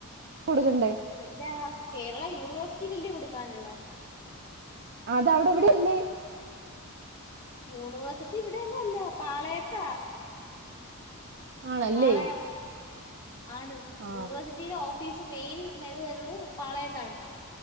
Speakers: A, on the right (about 50°); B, on the left (about 20°).
A: കൊടുക്കണ്ടെ
B: അല്ല കേരള യൂണിവേഴ്സിറ്റിലല്ലെ കൊടുക്കാനുള്ളെ
A: അതവിടെ എവിടെയില്ലേ?
B: യൂണിവേഴ്സിറ്റി ഇവിടെയെന്നുഅല്ല പാളയത്താ
A: ആണല്ലേ
B: പാളയം ആണ്
A: ആ
B: യൂണിവേഴ്സിറ്റിയിലെ ഓ ഫീസ് മെയിൻ മെയിൻഹെഡ് വരുണത് പാളയത്താണ്